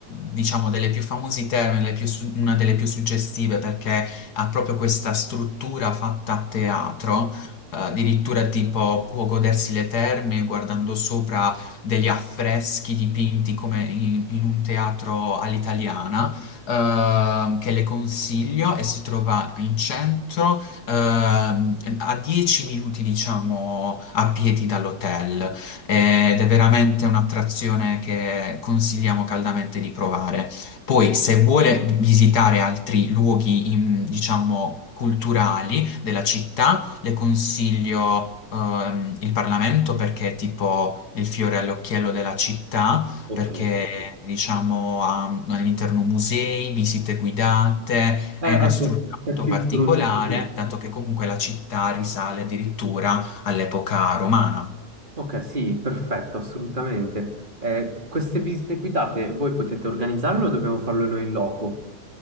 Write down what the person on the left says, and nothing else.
diciamo, delle più famose terme, le più su- una delle più suggestive perché ha proprio questa struttura fatta a teatro, eh, addirittura tipo può godersi le terme guardando sopra degli affreschi dipinti come in, in un teatro all'italiana, ehm, che le consiglio e si trova in centro ehm, a 10 minuti, diciamo, a piedi dall'hotel ed è veramente un'attrazione che consigliamo caldamente di provare. Poi, se vuole visitare altri luoghi, in- diciamo, culturali della città, le consiglio ehm, il Parlamento perché è tipo il fiore all'occhiello della città,
perché
diciamo ha all'interno musei, visite guidate,
è una
struttura
molto particolare,
dato che comunque la città risale addirittura all'epoca romana.